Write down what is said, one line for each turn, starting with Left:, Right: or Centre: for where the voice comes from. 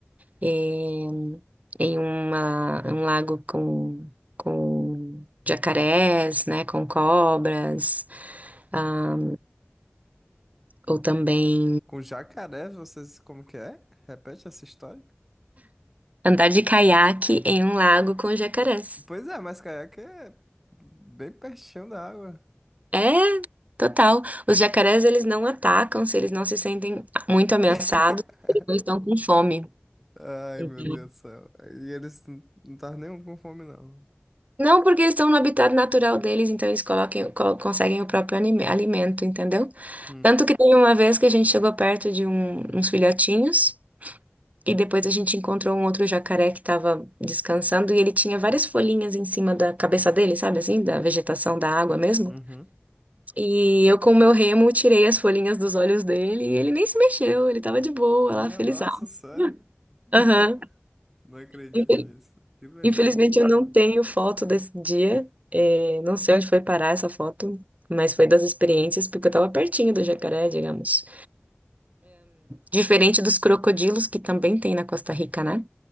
Right: em, em uma, um lago com, com jacarés, né, com cobras. ah, Ou também
Centre: Com jacaré, vocês como que é? Repete essa história?
Right: andar de caiaque em um lago com jacarés.
Centre: Pois é, mas caiaque é bem pertinho da água.
Right: É, total. Os jacarés, eles não atacam se eles não se sentem muito ameaçados,
Centre: <laughs>
Right: eles não estão com fome.
Centre: Ai,
Right: Então,
Centre: meu Deus do céu. E eles n- não estavam nem com fome, não.
Right: Não, porque eles estão no habitat natural deles, então eles coloquem, co- conseguem o próprio anime- alimento, entendeu?
Centre: Hum,
Right: Tanto que teve uma vez que a gente chegou perto de um- uns filhotinhos e depois a gente encontrou um outro jacaré que estava descansando e ele tinha várias folhinhas em cima da cabeça dele, sabe assim, da vegetação da água mesmo.
Centre: uhum.
Right: E eu, com o meu remo, tirei as folhinhas dos olhos dele e ele nem se mexeu, ele tava de boa,
Centre: Minha
Right: lá, feliz.
Centre: nossa, sério?
Right: <laughs>
Centre: <laughs>
Right: Aham.
Centre: Não acredito
Right: Infel-
Centre: nisso. Que legal,
Right: Infelizmente
Centre: né?
Right: eu não tenho foto desse dia. É, não sei onde foi parar essa foto, mas foi das experiências, porque eu tava pertinho do jacaré, digamos. Diferente dos crocodilos, que também tem na Costa Rica, né?